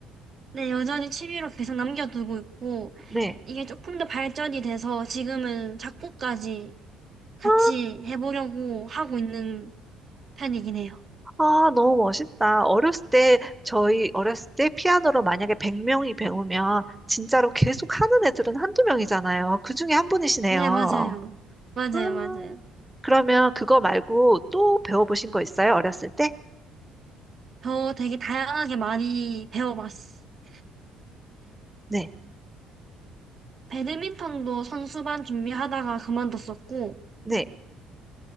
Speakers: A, on the right; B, in the centre.
A: 네, 여전히 취미로 계속 남겨두고 있고,
B: 네.
A: 이게 조금 더 발전이 돼서 지금은 작곡까지 같이
B: 아,
A: 해보려고 하고 있는 편이긴 해요.
B: 아, 너무 멋있다. 어렸을 때, 저희 어렸을 때 피아노로 만약에 100명이 배우면 진짜로 계속 하는 애들은 한두 명이잖아요. 그 중에 한 분이시네요.
A: 네, 맞아요. 맞아요,
B: 아,
A: 맞아요.
B: 그러면 그거 말고 또 배워보신 거 있어요? 어렸을 때?
A: 저 되게 다양하게 많이 배워봤었는데,
B: 네.
A: 배드민턴도 선수반 준비하다가 그만뒀었고,
B: 네.